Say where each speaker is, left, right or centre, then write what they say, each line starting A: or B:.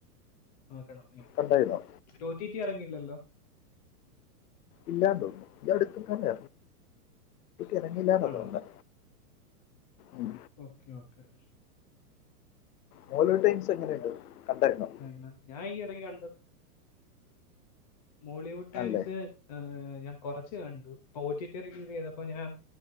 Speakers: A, on the left; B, on the left.
A: നോക്കണം എനിക്
B: കണ്ടായിരുന്നോ
A: ട്ടോ ടി ട്ടി ഇറങ്ങിയിലല്ലോ.
B: ഇല്ലാന്ന് തോന്നുന്നു ഈ അടുത്തെങ്ങാണ്ടാ ഇറങ്ങില്ലാന്നാ
A: ആണോ
B: തോന്നണെ ഉം
A: ഓക്കെ. ഓക്കെ.
B: മോലു ടൈംസ് എങ്ങനെയുണ്ട് കണ്ടായിരുന്നോ
A: കണ്ട് ഞാൻ ഈ ഇടയ്ക്ക് കണ്ട് മോളിവുഡ് ടൈംസ്
B: ആണല്ലേ
A: ഹാ ഞാൻ കുറച്ച് കണ്ടു ഓ റ്റി റ്റി റിലീസ് ചെയ്തപ്പോ ഞാൻ